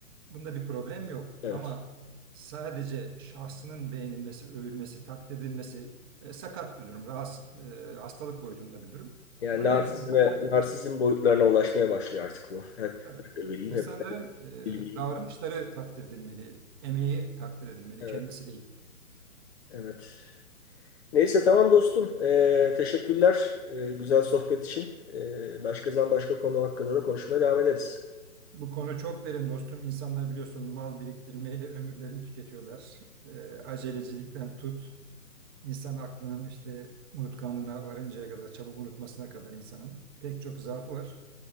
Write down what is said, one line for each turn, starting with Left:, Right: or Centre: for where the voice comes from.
Right: Bunda bir problem yok
Left: Evet.
Right: ama sadece şahsının beğenilmesi, övülmesi, takdir edilmesi e, sakat bir durum. Rahatsız, e, hastalık boyutunda bir durum.
Left: Yani
Right: O
Left: narsizme,
Right: nedenle insanların,
Left: narsizm boyutlarına ulaşmaya başlıyor artık bu. Hep
Right: tabii,
Left: ben öyleyim,
Right: insanların
Left: hep bilmeyeyim.
Right: e, davranışları takdir edilmeli, emeği takdir edilmeli,
Left: Evet,
Right: kendisi değil.
Left: evet. Neyse tamam dostum. Ee, teşekkürler ee, güzel sohbet için. Ee, başka zaman başka konu hakkında da konuşmaya devam ederiz.
Right: Bu konu çok derin dostum. İnsanlar biliyorsun mal biriktirmeyle ömürlerini tüketiyorlar. E, acelecilikten tut, insan aklının işte unutkanlığına varıncaya kadar, çabuk unutmasına kadar insanın pek çok zaafı var.